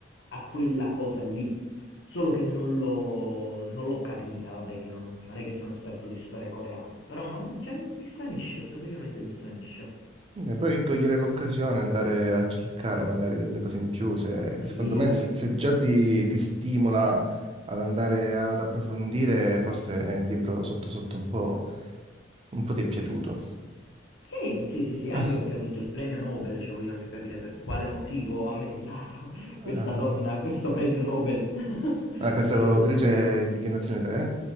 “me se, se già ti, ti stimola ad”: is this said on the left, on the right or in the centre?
Right